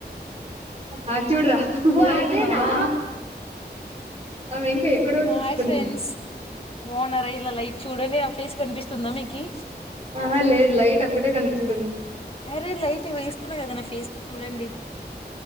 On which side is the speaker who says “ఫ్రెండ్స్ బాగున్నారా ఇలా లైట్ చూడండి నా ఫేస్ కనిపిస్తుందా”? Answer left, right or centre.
Left